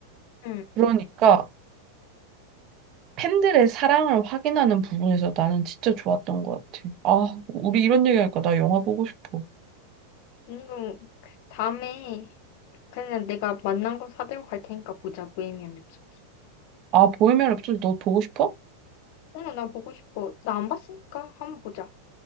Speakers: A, on the left; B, on the right.
A: 응.
B: 그러니까 팬들의 사랑을 확인하는 부분에서 나는 진짜 좋았던 것 같아. 아, 우리 이런 얘기하니까 나 영화 보고 싶어.
A: 언니가 다음에 그냥 내가 만난 거 사들고 갈 테니까 보자, 보헤미안 랩소디.
B: 아, 보헤미안 랩소디 너 보고 싶어?
A: 어, 나 보고 싶어. 나 안 봤으니까 한번 보자.